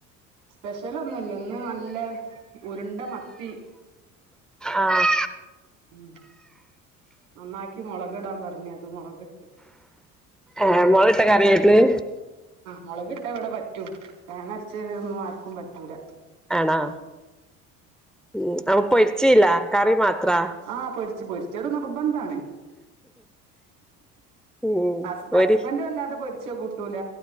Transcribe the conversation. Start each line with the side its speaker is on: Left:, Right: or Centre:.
Right: സ്പെഷ്യൽ ഒന്നുല്ല ഇന്ന് നല്ല ഉരുണ്ട മത്തി
Centre: ആഹ്
Right: ഉം നന്നാക്കി മുളകിടാൻ പറഞ്ഞ് അത് മുളക്
Centre: ഏ മുളക് ഇട്ട കറിയേര്ന്ന്
Right: മുളക് ഇട്ടാ ഇവിടെ പറ്റും തേങ്ങരച്ച തൊന്നും ആർക്കും പറ്റൂല
Centre: ആണോ ഉം അപ്പൊ പൊരിച്ചില്ല കറി മാത്രാ
Right: ആഹ് പൊരിച് പൊരിച്ചത് നിർ ബന്ധാണ്
Centre: ഉം
Right: ഹസ്
Centre: പൊരി
Right: ഹസ്ബൻഡ് വല്ലാതെ പൊര് ച്ചത് കൂട്ടൂല